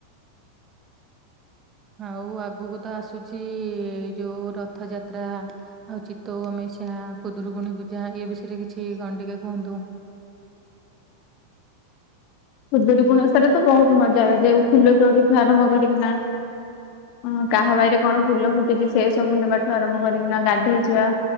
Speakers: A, on the right; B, on the left.
A: ଆଉ ଆଗକୁ ତ ଆସୁଚି ଏ ଯୋଉ ରଥଯାତ୍ରା। ଆଉ ଚିତ୍ତ ଅମେଷିଆ ଖୁଦୁରୁକୁୁଣୀ ପୂଜା ଏଇ ବିଷୟରେ କିଛି କଣ ଟିକେ କୁହନ୍ତୁ?
B: ଖୁଦୁୁରୁକୁଣି ଓସାରେ ତ ବହୁତ ମଜା ହ ଯେଉ ଫୁଲ ଚୋରି ଠୁ ଆରମ୍ଭ କରିକିନା ହ କାହା ବାଡ଼ି କଣ ଫୁଲ ଫୁଟିଚି ସେ ସବୁ ନେବାଠୁ ଆରମ୍ଭ କରିକିନା ଗାଧେଇଯିବା